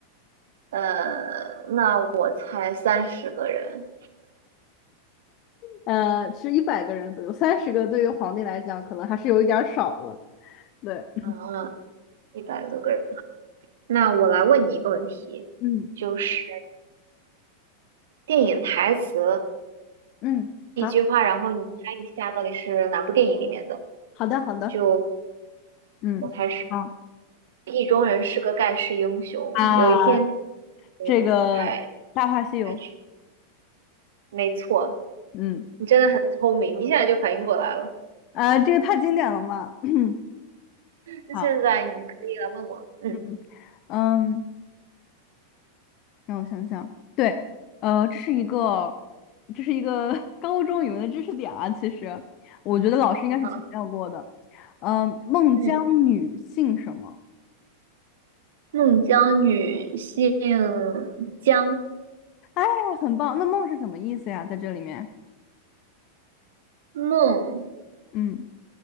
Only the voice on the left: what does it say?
呃，是一百个人左右，三十个对于皇帝来讲可能还是有一点儿少了。对，<laughs>
嗯
嗯，
好
好的好的，
嗯好
啊，
这个《大话西游》，
嗯
啊，这个太经典了嘛。<laughs>
好，
嗯嗯，让我想想，对，呃，这是一个这是一个 <laughs> 高中语文的知识点啊，其实我觉得老师应该是强调过的。
嗯，孟姜女姓什么？
哎，很棒。那孟是什么意思呀？在这里面，
嗯。